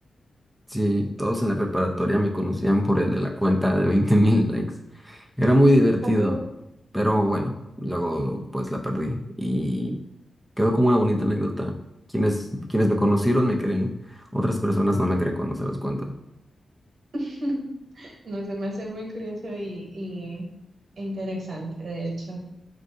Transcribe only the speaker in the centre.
Sí, todos en la preparatoria me conocían por el de la cuenta de 20.000 likes. Era muy divertido,
pero bueno, luego pues la perdí y quedó como una bonita anécdota. Quienes, quienes me conocieron me creen, otras personas no me creen cuando se los cuento.